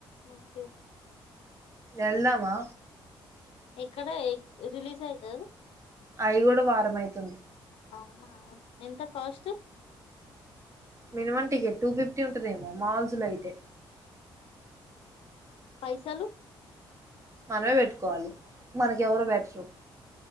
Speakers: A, on the left; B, on the right.
A: ఓకె
B: ఎల్దామా
A: ఇక్కడే రిలీజ్ అయింది కదు
B: అవి కూడా వారం అయితుంది
A: అవునా ఎంత cost
B: minimum ticket two fifty ఉంటుదేమో మాల్స్ లో అయితే
A: పైసాలు
B: మనమే పెట్టుకోవాలి మనకెవరు పెటరు